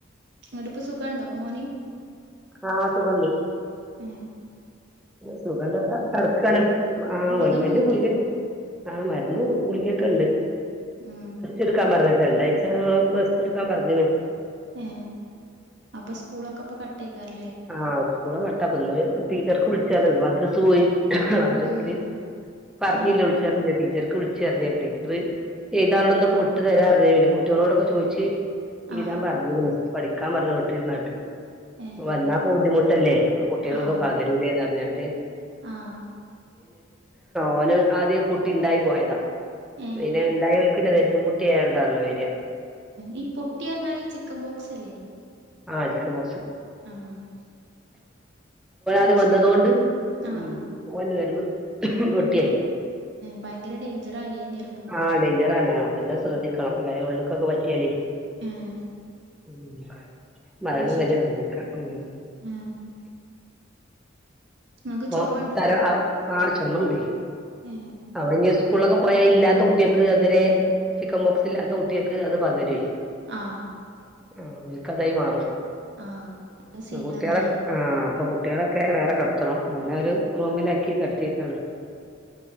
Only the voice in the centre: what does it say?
ആ സുഗണ്ട്
സുഖണ്ട്ന്ന് പാറഞ്ഞ് കെടക്കാണ് ആ
ഓയിൻ മെന്റും
ഗുളികം ആഹ് മരുന്ന് ഗുളികൊക്കെ ഉണ്ട്.
എടുക്കാ പറഞ്ഞെ രണ്ടാഴ്ച റെസ്റ്റ് എടുക്കാൻ പറഞ്ഞ്ണ്..
ആഹ് സ്കൂളെക്കെ കട്ടാക്കും ഇന്ന് ടീച്ചർക്ക് വിളിച്ച് പറഞ്ഞു ഇന്ന് മദ്രസ് പോയി.. മദ്രസ്സിൽ
പറഞ്ഞില്ല
വി വിളിച് പറഞ്ഞ് ടീച്ചർക്ക് വിളിച്ചുറിഞ്ഞ ടീച്ചർ എഴുതാൻ ഉള്ള തൊക്കെ വിട്ടു തരാന്ന് പറഞ്ഞ് പിന്നെ കുട്ടികളോടൊക്ക ചോയ്ച്ച്.. എയ്താൻ
പറഞ്ഞ്ക്ക്ണ് പഠിക്കാൻ പറഞ്ഞു വിട്ടിലിരുന്നാട്ട്
വന്നാ ബുദ്ധിമുട്ട്.. ട്ടല്ലേ കുട്ടികൾക്ക
പക രൂലെന്ന് പറഞ്ഞിട്ട്..
ഓന് ആദ്യ പൊട്ടി ഉണ്ടായി പോയതാ
പിന്നെ ഇണ്ടായൊൽ.. പിന്നെ വരുന്നേ പൂട്ടിയായോണ്ടാണല്ലെ വരിക..
ആഹ് ചിക്കൻ ബോക്സ്‌..
ഇപ്പം വന്നതൊണ്ട്
ഉം ഓൻ വരവ് പൊട്ടിയായി.
ആഹ് ഡേഞ്ചറണേ അതന്നെ ശ്രദ്ധിക്കണം അല്ലെ ഉള്ളള്ക്കൊക്കെ പറ്റിയാലേ..
മ് മരണം
വരെ സംഭവിക്കാം ഉം
അപ്പൊ
തര ആ ആ ചുമണ്ടേ
അവന് ഞ്ഞ് സൂ.. സ്കൂളൊക്കെ പോയാൽ ഇല്ലാത്ത കുട്ടികൾക്ക് അതിരെ ചിക്കൻ ബോക്സ് ഇല്ലാത്ത കുട്ടികൾക്ക് അത് പകരെ
ആഹ് ഓല്കതായി മാറും
കുട്ടിളെ.. ആഹ അപ്പൊ കുട്ടികളൊക്കെ വേറെ കിടത്തണം ഓനെ ഒരു റൂമിലാക്കി കിടത്തിയക്കാണ്..